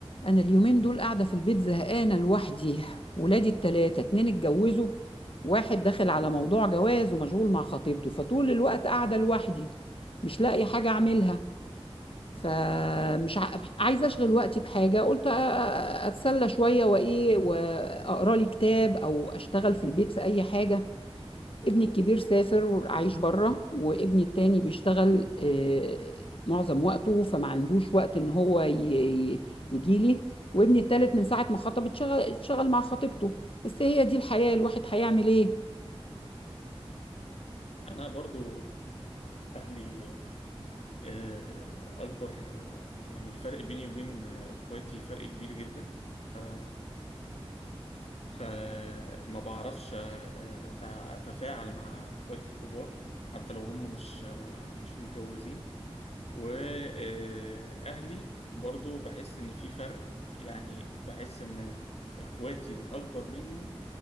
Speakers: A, on the left (about 60°); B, on the left (about 80°).
A: انا اليومين دول قاعده في البيت زهقانه لوحدي ولادي التلاتة اتنين اتجوزوا واحد داخل على موضوع جواز ومشغول مع خطيبته فطول الوقت قاعده لوحدي مش لاقي حاجه اعملها فمش ع... عايزه اشغل وقتي بحاجه قلت أ- أ- اتسلى شويه وايه واقرا لي كتاب او اشتغل في البيت في اي حاجه ابني الكبير سافر وعايش بره وابني التاني بيشتغل آه، معظم وقته فما عندوش وقت ان هو يجي لي وابني التالت من ساعة ما خطب اتشغل اتشغل مع خطيبته بس هي دي الحياة الواحد هيعمل ايه
B: انا برضو اهلي آه، اكبر آه، يعني الفرق بيني وبين آه، اخواتي فرق كبير جدا ف فما بعرفش آه، أت- اتفاعل مع اخواتي الكبار حتى لو هم مش آه، مش متجوزين واهلي برضو بحس ان في فرق يعني بحس ان اخواتي الاكبر مني